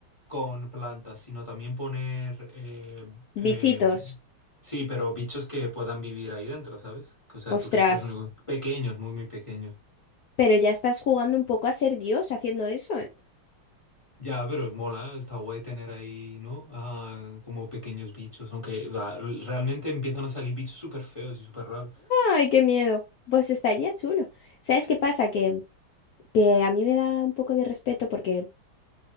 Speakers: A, on the left; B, on the left.
A: con plantas, sino también poner... eh, em,
B: Bichitos,
A: sí, pero bichos que puedan vivir ahí dentro, ¿sabes? Que, O sea,
B: ostras,
A: tú les creas únicos pequeños, muy, muy pequeños.
B: pero ya estás jugando un poco a ser Dios haciendo eso, ¿eh?
A: Ya, pero mola, está guay tener ahí, ¿no? Ah, como pequeños bichos, aunque o realmente empiezan a salir bichos súper feos y súper raros.
B: ¡Ay, qué miedo! Pues estaría chulo. ¿Sabes qué pasa? Que, que a mí me da un poco de respeto porque,